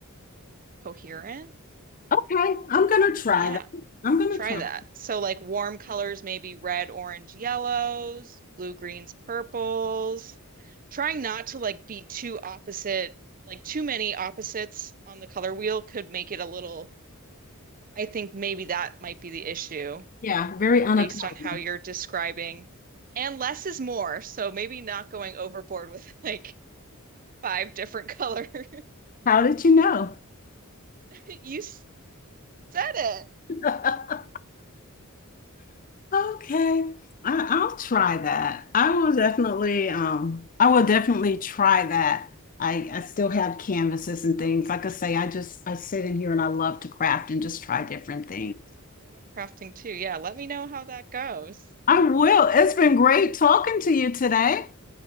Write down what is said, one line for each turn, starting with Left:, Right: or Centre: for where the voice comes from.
Right: coherent.
Left: Okay, I'm gonna try
Right: Yeah.
Left: that. I'm gonna
Right: Try
Left: try.
Right: that. So like warm colors, maybe red, orange, yellows, blue, greens, purples. Trying not to like be too opposite, like too many opposites on the color wheel could make it a little, I think maybe that might be the issue
Left: Yeah, very unappealing.
Right: based on how you're describing. And less is more, so maybe not going overboard with like five different colors. <laughs>
Left: How did you know?
Right: You said it.
Left: <laughs> Okay. I, I'll try that. I will definitely um I will definitely try that. I, I still have canvases and things. Like I say, I just I sit in here and I love to craft and just try different things.
Right: Yeah, I love crafting too. Yeah, let me know how that goes.
Left: I will. It's been great talking to you today.